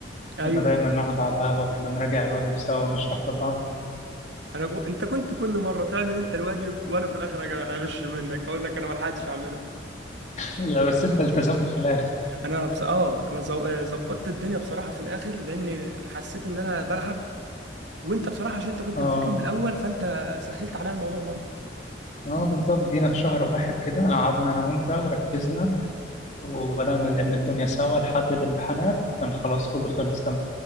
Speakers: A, on the right; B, on the left.
A: ايوه
B: كنا دايما نقعد على القهوه كده نراجع الواجب سوا ونشرح لبعض
A: انا بو... انت كنت كل مره تعمل انت الواجب وانا في الاخر أجي اغش منك اقول لك انا ما لحقتش اعمله
B: لا بس انت التزمت في الاخر
A: انا بص... اه انا زو- آه، ظبطت الدنيا بصراحه في الاخر لاني حسيت ان انا بلعب وانت بصراحه عشان انت كنت
B: اه
A: بتذاكر من الاول فانت سهلت عليا الموضوع برضه
B: اه بالظبط جينا في شهر واحد كده قعدنا انا وانت وركزنا وبدأنا نلم الدنيا سوا لحد الامتحانات كان خلاص كله خلص